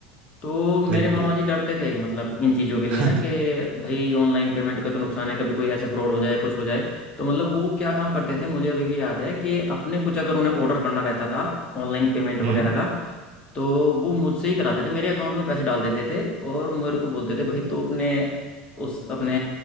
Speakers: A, on the left; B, on the right.
A: तो मेरे
B: बिल्कुल
A: मामा जी डरते थे मतलब इन चीज़ों के लिए
B: <laughs>
A: ना कि भाई ऑनलाइन पेमेंट का तो नुकसान है कभी कोई ऐसे फ्रॉड हो जाए कुछ हो जाए तो मतलब वो क्या काम करते थे मुझे अभी भी याद है कि अपने कुछ अगर उन्हें ऑर्डर करना रहता था ऑनलाइन पेमेंट वगैरह
B: हम्म
A: का तो वो मुझसे ही कराते थे मेरे अकाउंट में पैसे डाल देते थे और मेरे को बोलते थे भाई तू अपने उस अपने